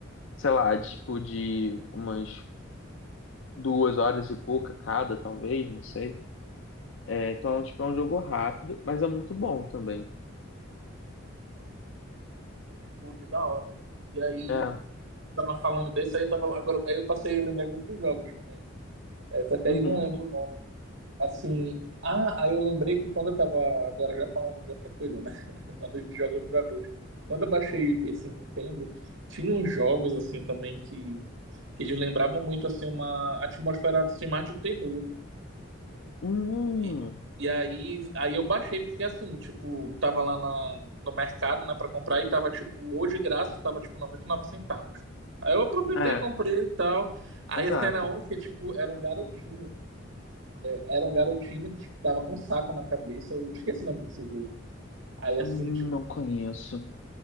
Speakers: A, on the left (about 65°); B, on the right (about 70°).
A: Sei lá, tipo, de umas duas horas e pouca cada, talvez, não sei. É, então, tipo, é um jogo rápido, mas é muito bom também.
B: Pô, que da hora. E aí,
A: É.
B: tava falando desse, aí eu tava. Agora, aí eu passei a lembrar de outros jogos também. essa até
A: Uhum.
B: aí não lembro o nome. Assim, ah, aí eu lembrei que quando eu tava agora já falando de outra coisa, né? <laughs> Falando de jogos para dois. Quando eu baixei esse Nintendo, tinha uns jogos assim também que, que eles lembravam muito assim uma atmosfera assim, mais de terror.
A: Hum,
B: E, e aí, aí eu baixei porque assim, tipo, tava lá na, no mercado, né, para comprar e tava tipo, ou de graça, tava tipo 99 centavos. Aí eu aproveitei,
A: é,
B: comprei e tal. Aí
A: exato.
B: esse era um que tipo, era um garotinho era um garotinho que tipo, tava com um saco na cabeça, eu esqueci o nome desse jogo. Aí, assim,
A: Hum,
B: tipo,
A: Não conheço.